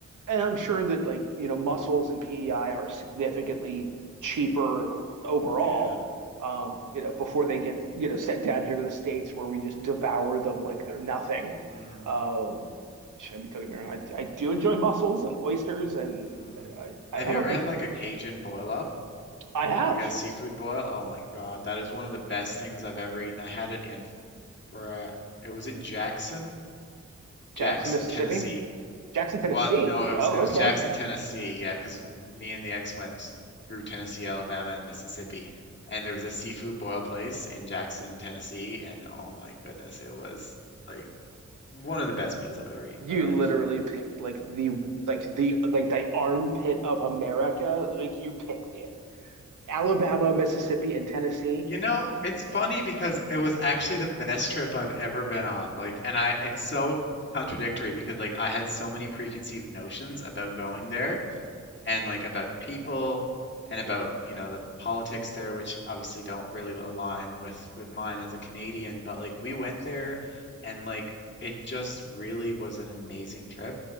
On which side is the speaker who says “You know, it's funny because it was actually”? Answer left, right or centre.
Left